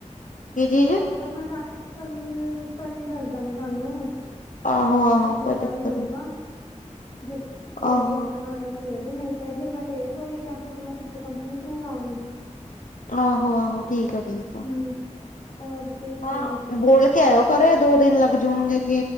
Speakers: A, on the left; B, on the left.
A: ਕੀ ਚੀਜ਼
B: ਉਹ ਤਾਂ ਮੈਂ ਰਾਤ ਕੱਲ, ਕੱਲ ਹੀ ਦੱਸ ਦਾਂਗੀ ਤੁਹਾਨੂੰ।
A: ਆਹੋ-ਆਹੋ
B: ਜਿਦਾਂ
A: ਕੋਈ ਚੱਕਰ
B: ਵੀ ਹੋਊਗਾ
A: ਨੀ
B: ਜੇ ਸਵੇਰੇ
A: ਆਹੋ।
B: ਆਉਣਾ ਹੋਇਆ ਸਵੇਰੇ, ਨਹੀਂ ਤਾਂ ਜੇ ਮੈਂ ਲੇਟ ਹੋਈ ਤਾਂ ਫਿਰ ਮੈਂ ਸਿੱਦਾਂ ਕੰਪਨੀ ਚ ਹੀ ਆਵਾਂਗੀ।
A: ਆਹੋ-ਆਹੋ, ਠੀਕ ਆ ਠੀਕ।
B: ਹੂੰ, ਔਰ? ਤੇ
A: ਹਾਂ
B: ਕੀ
A: ਬੋਲ ਕੇ ਆਇਓ ਘਰੇ ਦੋ ਦਿਨ ਲੱਗ ਜਾਣਗੇ ਕਿ